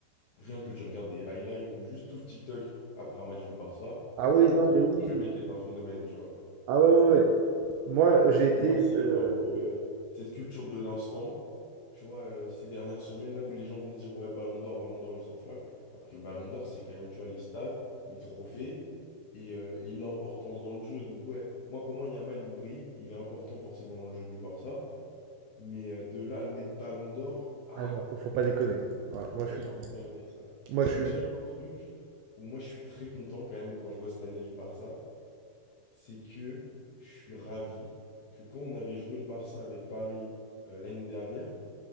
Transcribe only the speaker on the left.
rien que tu regardes des highlights ou juste tout TikTok après un match du Barça,
tu
comprends
que le mec est un phénomène, tu vois.
Moi, c'est
un peu euh, cette culture de l'instant, tu vois, euh, ces dernières semaines, là où les gens vont se dire, ouais, Ballon d'Or, Ballon d'Or, ils s'enflamment, alors que Ballon d'Or, c'est quand même, tu vois, les stats, les trophées et, euh, et l'importance dans le jeu. Donc, ouais, moi, pour moi, Yamal, il brille, il est important forcément dans le jeu du Barça, mais euh, de là à le mettre Ballon d'Or, ah,
ouais,
j'ai
un problème avec ça.
Mais
tu vois, il y a un truc où moi, je suis très content quand même quand je vois cette année du Barça, c'est que je suis ravi que quand on avait joué le Barça avec Paris euh, l'année dernière,